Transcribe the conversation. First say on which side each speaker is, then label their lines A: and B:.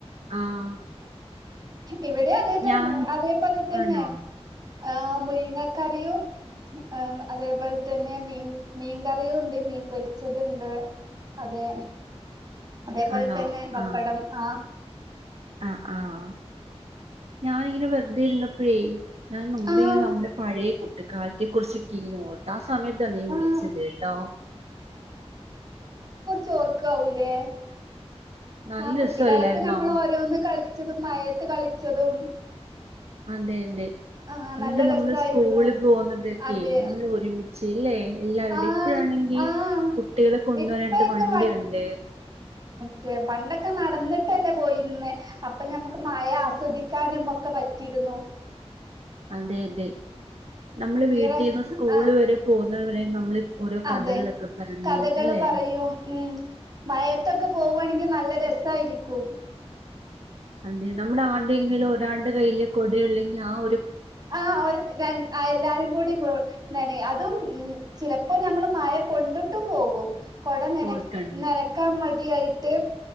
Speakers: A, on the right; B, on the right.
A: ആഹ്
B: ഇവിടെ അതേ തന്നെ
A: ഞാൻ
B: അതേപോലെ തന്നെ
A: ആണോ
B: ആഹ് മുരിങ്ങ കറിയു ആഹ് അതേപോലെ തന്നെ മീൻ മീൻ കറിയും ഉണ്ട് മീൻ പൊരിച്ചതുണ്ട് അതെ അതേപോലെ
A: ആണോ
B: തന്നെ പപ്പടം
A: ആഹ്
B: ആഹ്
A: ആഹ് ആഹ് ഞാനിങ്ങനെ വെറുതെ ഇരുന്നപ്പോഴേ ഞാൻ മുമ്പേ
B: ആഹ്
A: ഇങ്ങനെ നമ്മുടെ പഴയ കുട്ടുകാലത്തെ കുറിച്ച് കിങ്ങനോർത്ത് ആഹ് സമയത്ത് സമയത്ത നീ വിളിച്ചത്ട്ടോ
B: ആഹ് ചോർക്കാവൂലേ
A: നല്ല
B: ആഹ് കുട്ടിക്കാലത്ത്
A: രസല്ലായിരുന്നോ
B: നമ്മള് ഓരോന്ന് കളിച്ചതും മയത്ത് കളിച്ചതും
A: അതെ അതെ
B: ആഹ്
A: എന്നിട്ട്
B: നല്ല
A: നമ്മള്
B: രസായിരുന്നു
A: സ്കൂളി പോകുന്നതൊക്കെ
B: അതെ
A: നമ്മള് ഒരുമി ച്ച്ല്ലേ എല്ലാവരുടെയും
B: ആഹ്
A: ഇപ്പഴാണെങ്കി
B: ആഹ്
A: കുട്ടികളെ കൊണ്ടപോവനായിട്ട്
B: ഇപ്പൊഴൊക്കെ
A: വണ്ടിയുണ്ട്
B: ക്കെ പണ്ടൊക്കെ നടന്നിട്ടല്ലേ പോയിരുന്നേ അപ്പൊ നമക്ക് മഴ ആസ്വദിക്കാനും ഒക്കെ പറ്റിരുന്നു
A: അതെ അതെ നമ്മള്
B: നിറ
A: വീട്ടിൽന്ന് സ്കൂള്
B: ആഹ്
A: വരെ പോകുന്ന വരെ നമ്മള് ഓരോ കഥകളൊക്കെ
B: അതെ
A: പറഞ്ഞ്
B: കഥകള്
A: അല്ലെ
B: പറയും ഉം മയത്തൊക്കെ പോവുവാണെങ്കിൽ നല്ല രസായിരിക്കും
A: അതേ നമ്മുടെ ആര്ടേങ്കിലും ഒരാൾടെ കയ്യില് കൊടേള്ളെങ്കില് ആഹ്
B: ആഹ് ഒര് രൺ ആഹ് എല്ലാരും കൂടി താനെ അതും ഉം ചിലപ്പോ നമ്മള് മയ കൊണ്ട്ട്ടും പോകും. കൊട നെനക്ക്
A: പോയിട്ടുണ്ട്
B: നെനക്കാം മടി ആയിട്ട്